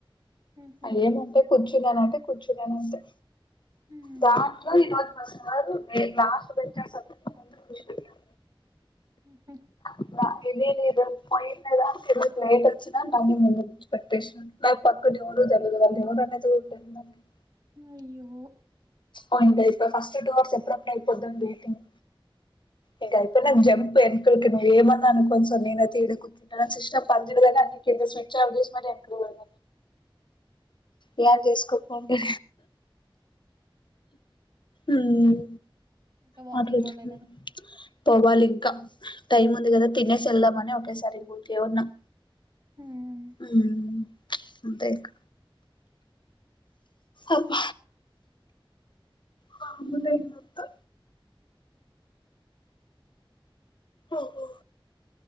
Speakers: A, on the right; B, on the left.
A: హుహు
B: అమంటే కూర్చున్నాన అంటే కూర్చున్నాన అంటే
A: హ్మ్
B: దాంట్లో ఈరోజు మా సారు లాస్ట్ <unintelligible>
A: ఉహు
B: <unintelligible> నైట్ వచ్చనా ఎక్ెషన్ <unintelligible> పెట్టిసినా నా పక్కన ఎవడు జరగలేదు అనేది <unintelligible>
A: అయ్యో
B: అవుం ఇ ఫస్ట్ టూ అవర్స్ ఎప్పుడప్పుడు అయిపోతుద్దం వెయిటింగ్ ఇంక అయిపోనా జంప్ ఎకకి మీరేమన్నా అనుకోండి సార్ నేనైతే ఈడికి ఈడ సిస్టప్ పని చేయదని <unintelligible> అ స్విచ్ ఆఫ్ చేసి మరీ వెనీకి బోయిన యాన్ చేసుకోపోండి ఉమ్
A: ఇంకా వాకింగ్
B: నాకు తెల్సు
A: పోలేదా
B: పోవాలింకా టైం ఉంది కదా తినేసి ఎళ్దామని ఒకేసారి ఇ ఉరికే ఉన్నం
A: హ్మ్
B: ఉమ్ అంతే ఇంకా అబ్బ మామూలే ఇదంతా ఓహో